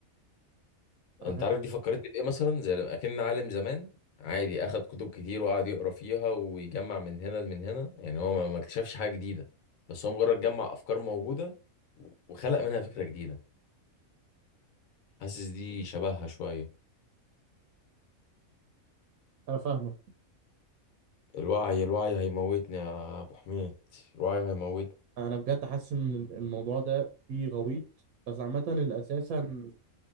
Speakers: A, on the right; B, on the left.
A: انا
B: انت
A: فاهم
B: عارف دي فكرتني بايه مثلا زي لما اكن عالم زمان عادي اخد كتب كتير وقعد يقرا فيها ويجمع من هنا لمن هنا يعني هو ما ما اكتشفش حاجه جديده بس هو مجرد جمع افكار موجوده وخلق منها فكره جديده حاسس دي شبهها شويه
A: انا فاهمه
B: الوعي الوعي هيموتني يا ابو حميد الوعي هيموتني
A: انا بجد حاسس ان الموضوع ده فيه غويط بس عامه الاساسا ال...